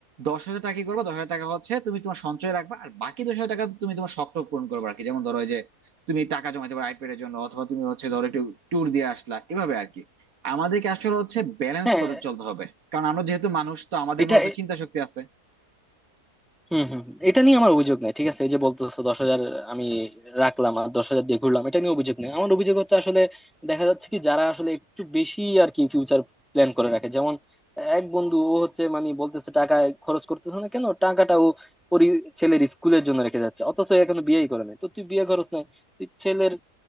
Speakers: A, on the right; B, in the centre.
A: দশ হাজার টাকা কি করবে দশ হাজার টাকা হচ্ছে তুমি তোমার সঞ্চয় রাখবা আর বাকি দশ হাজার টাকা তুমি তোমার শখ টখ পূরণ করবে আর কি যেমন ধরো এই যে তুমি টাকা জমাতে পারো আইপ্যাডের জন্য অথবা তুমি হচ্ছে ধরো একটু ট্যুর দিয়ে আসলা এভাবে আর কি আমাদেরকে আসলে হচ্ছে ব্যালেন্স
B: হ্যাঁ
A: করে চলতে হবে কারণ আমরা যেহেতু মানুষ তো আমাদের
B: এটা
A: মধ্যে তো
B: এ-
A: চিন্তা শক্তি আছে
B: হুম হুম এটা নিয়ে আমার অভিযোগ নাই ঠিক আছে এই যে বলতেছো দশ হাজার আমি রাখলাম আর দশ হাজার দিয়ে ঘুরলাম এটা নিয়ে অভিযোগ নেই আমার অভিযোগ হচ্ছে আসলে দেখা যাচ্ছে কি যারা আসলে একটু বেশি আর কি ফিউচার প্ল্যান করে রাখে যেমন এক বন্ধু ও হচ্ছে মানে বলতেছে টাকা খরচ করতেছে না কেন টাকাটা ও ওর ই- ছেলের স্কুলের জন্য রেখে যাচ্ছে অথচ ও এখনো বিয়েই করে নাই তো তুই বিয়ে খরচ নাই তুই ছেলের